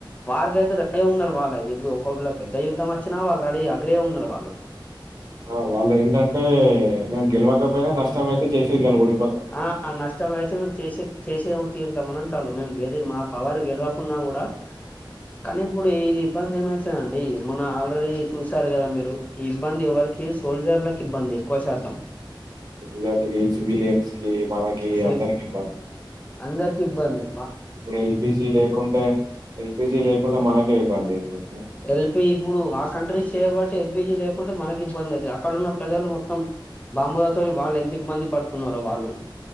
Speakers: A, on the left; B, on the right.
A: వారికియితే ర ఉన్నారు వాళ్ళతే ఇప్పుడు ఒకవేల పెద్ద యుద్ధం వచ్చినా వాళ్ళు రడీ అగ్రే ఉన్నారు వాళ్ళు
B: ఆ వాళ్ళు ఏంటంటే మేము గెలవకపోయినా నష్టం అయితే చేసేది కాల డి
A: ఆ నష్టం అయితే మేము చేసే చేసేమో తీరుతామని అంటాలు మేము గెలి మా పవర్ గెలవకుంన్నా కూడా కానీప్పుడు ఇది ఇబ్బంది ఏమైతుండి మొన్న ఆల్రెడీ చూశారు కదా మీరు ఈ ఇబ్బంది ఎవరికి సోల్జర్లలకు ఇబ్బంది ఎక్కువ శాతం
B: ఇలాంటివి సివిలియన్స్ కి మనకి
A: సేవి
B: అందరికి ఇబ్బందే
A: అందరికి ఇబ్బందే
B: ఇప్పుడు ఎల్పిజీ లేకుంటే ఎల్పిజీ లేకుండా మనకే ఇబ్బంది ఇప్పుడు
A: ఎల్పీ ఇప్పుడు ఆ కంట్రీ చేయబట్టి ఎల్పీజీ లేకుంటే మనకి ఇబ్బంది అయితది అక్కడన్న ప్రజలు మొత్తం బాంబూలతో వాళ్ళు ఎంత ఇబ్బంది పడుతున్నారో వాళ్ళు